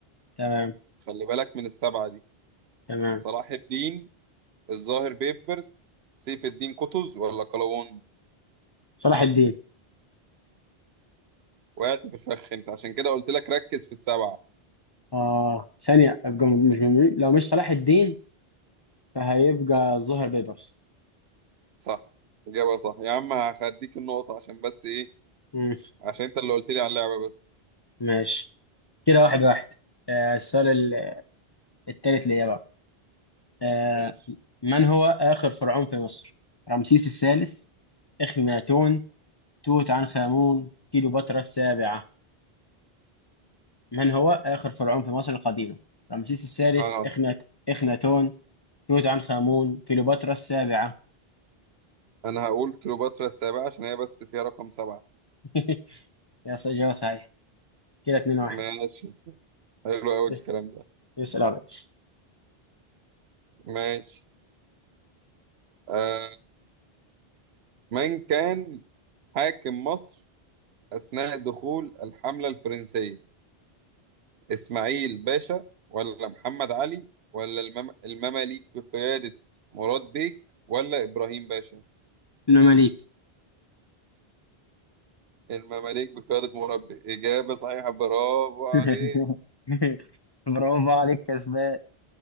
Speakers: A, on the left; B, on the right.
A: تمام
B: خلي بالك من السبعة دي
A: تمام
B: صلاح الدين الظاهر بيبرس سيف الدين قطز ولا قلاوون
A: صلاح الدين
B: وقعت في الفخ انت عشان كده قلت لك ركز في السبعة
A: آه ثانية أبقى مش مش- لو مش صلاح الدين فهيبقى الظهر بيبرس
B: صح إجابة صح يا عم هخديك النقطة عشان بس إيه
A: مم،
B: عشان أنت اللي قلت لي على اللعبة بس
A: ماشي كده واحد واحد آه، السؤال ال- التالت ليا بقى آه،
B: ماشي
A: من هو آخر فرعون في مصر؟ رمسيس الثالث إخناتون توت عنخ آمون كليوباترا السابعة من هو آخر فرعون في مصر القديمة؟ رمسيس الثالث
B: آه
A: إخنات إخناتون توت عنخ آمون كليوباترا السابعة
B: أنا هقول كليوباترا السابعة عشان هي بس فيها رقم سبعة
A: <laughs> يا ص- إجابة صحيحة كده اتنين واحد
B: ماشي حلو أوي الكلام
A: اس
B: ده
A: اسأل يا ريس
B: ماشي آه من كان حاكم مصر أثناء دخول الحملة الفرنسية إسماعيل باشا ولا محمد علي ولا المم... المماليك بقيادة مراد بيك ولا إبراهيم باشا
A: إنما ليك
B: المماليك بقيادة مربي إجابة صحيحة برافو
A: <laughs>
B: عليك
A: برافو عليك كسبان